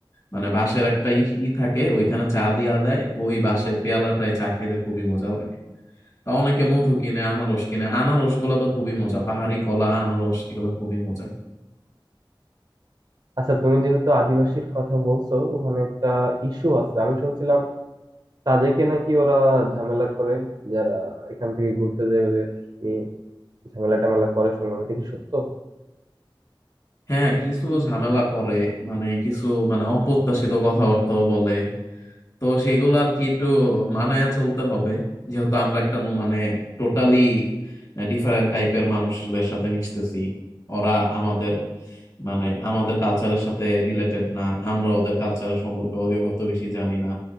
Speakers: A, on the left; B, on the right.
A: মানে বাঁশের একটা ই ই থাকে ওইখানে চা দিয়া দেয় ওই বাঁশের পেয়ালাটায় চা খাইতে খুবই মজা লাগে অনেকে মধু কিনে আনারস কিনে আনারস গুলা তো খুবই মজা পাহাড়ি কলা আনারস এগুলা খুবই মজা
B: আচ্ছা তুমি যেহেতু আদিবাসীর কথা বলছো ওখানে একটা ইস্যু আছে আমি শুনছিলাম তাজেকে নাকি ওরা ঝামেলা করে যারা এখান থেকে ঘুরতে যায় ওদের নিয়ে ঝামেলা টামেলা করে শুনলাম এটা কি সত্য
A: হ্যাঁ কিছু ঝামেলা করে মানে কিছু মানে অপ্রত্যাশিত কথাবার্তাও বলে তো সেগুলো আর কি একটু মানায়া চলতে হবে যেহেতু আমরা একটা ন- মানে টোটালি ডিফারেন্ট টাইপের মানুষদের সাথে মিশতেছি ওরা আমাদের মানে আমাদের কালচারের সাথে রিলেটেড না আমরা ওদের কালচারের সম্পর্কে অ- অত বেশি জানি না